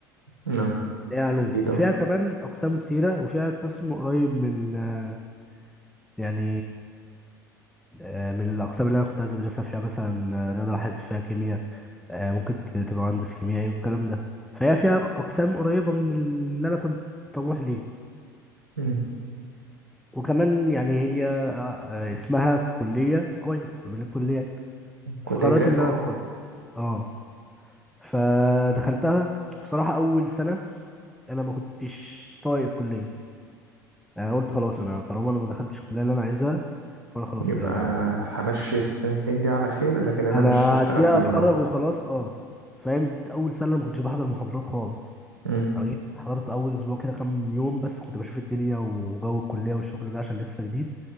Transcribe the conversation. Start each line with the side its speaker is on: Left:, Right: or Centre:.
Right: اه
Centre: هي علوم
Right: ايه
Centre: وفيها
Right: ده
Centre: كمان أقسام كتيرة وفيها قسم قريب من آه، يعني آه، من الأقسام اللي أنا كنت عايز أدرسها فيها مثلا آه، رياضة وحاسب فيها كيمياء آه، ممكن ت- تبقى مهندس كيميائي والكلام ده فهي فيها أقسام قريبة من اللي أنا كنت طموح ليه
Right: مم.
Centre: وكمان يعني هي آه، اسمها كلية كويس ما بين الكليات
Right: كلية
Centre: فقررت
Right: ام
Centre: إن أنا
Right: اه
Centre: أدخل أه فدخلتها بصراحة أول سنة أنا ما كنتش طايق الكلية يعني قلت خلاص انا طالما انا ما دخلتش الكليه اللي انا عايزها فانا خلاص
Right: يبقى
Centre: كده انا
Right: همشي السنسين دي على خير لكن انا
Centre: انا
Right: مش هشتغل
Centre: هديها
Right: بيها
Centre: اتخرج وخلاص اه فاهم جيت اول سنه ما كنتش بحضر محاضرات خالص
Right: امم
Centre: انا جيت حضرت اول اسبوع كده كام يوم بس كنت بشوف الدنيا وجو الكليه والشغل ده عشان لسه جديد